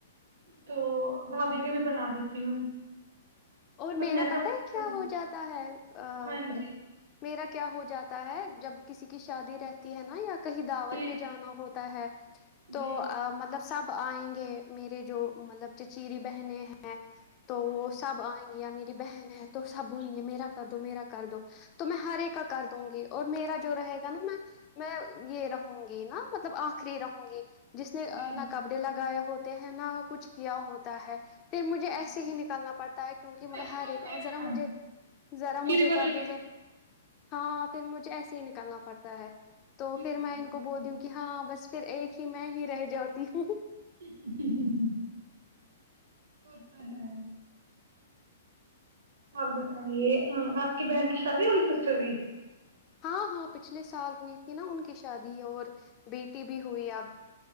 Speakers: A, on the right; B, on the left.
A: تو بھاابھی کے بھی بنا دیتی ہوں
B: اور
A: پر
B: میرا
A: میک
B: پتا
A: اپ کی
B: ہے کیا
A: وجہ-
B: ہو جاتا ہے ا
A: ہاں جی
B: میرا کیا ہو جاتا ہے جب کسی کی شادی رہتی ہے نا یا کہیں دعوت
A: جی جی
B: پہ جانا ہوتا ہے تو
A: جی
B: مطلب سب آئیں گے میرے جو مطلب چچیری بہنیں ہیں تو
A: ہاں
B: وہ
A: جی
B: سب آئیں میری بہن ہے تو سب بولیں گے میرا کر دو میرا کر دو تو میں ہر ایک کا کر دوں گی اور میرا جو رہے گا نا میں میں یہ رہوں گی نا مطلب آخری رہوں گی جس
A: جی
B: نے
A: جی
B: نہ کپڑے لگائے ہوتے ہیں نہا کچھ کیا ہوتا ہے پھر مجھے
A: بالکل
B: ایسے ہی نکلنا پڑتا ہے کیونکہ مطلب
A: بالکل
B: ہر ایک
A: میرے
B: ذرا
A: والا
B: مجھے ذرا
A: میرے
B: مجھے
A: والا
B: کر
A: ہی
B: دو ذرا ہاں پھر مجھے ایسے ہی نکلنا پڑتا ہے تو
A: بالکل
B: پھر میں ان
A: بالکل
B: کو بولتی ہوں کہ ہاں بس پھر ایک ہی میں ہی رہ جاتی ہوں
A: <inaudible> وہ تو ہیں اور بتائیے آپ کی بہن کی شادی والی سسٹر کی
B: ہاں ہاں پچھلے سال ہوئی تھی نا ان کی شادی اور بیٹی بھی ہوئی اب